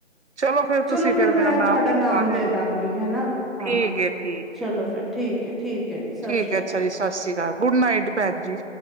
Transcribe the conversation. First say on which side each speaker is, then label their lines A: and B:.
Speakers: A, on the right; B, in the centre.
A: ਚਲੋ ਫੇਰ ਤੁਸੀ
B: ਚਲੋ
A: ਫੇਰ
B: ਫਿਰ ਮੈਂ
A: ਮੇਰਾ ਨਾਮ
B: ਤੁਹਾਡਾ
A: ਲਿਖਵਾ ਦੇਯਾ
B: ਦੇ
A: ਜੇ,
B: ਦਾਂਗੀ ਹਨਾ ਹਾਂ
A: ਠੀਕ ਏ ਠੀਕ
B: ਚਲੋ
A: ਏ।
B: ਫਿਰ ਠੀਕ ਹੈ ਠੀਕ ਹੈ ਜੀ ਸਤਿ
A: ਠੀਕ
B: ਸ਼੍ਰੀ
A: ਹੈ
B: ਅਕਾਲ
A: ਅੱਛਾ ਜੀ ਸਤਿ ਸ਼੍ਰੀ ਅਕਾਲ ਗੁੱਡ ਨਾਈਟ ਭੈਣ ਜੀ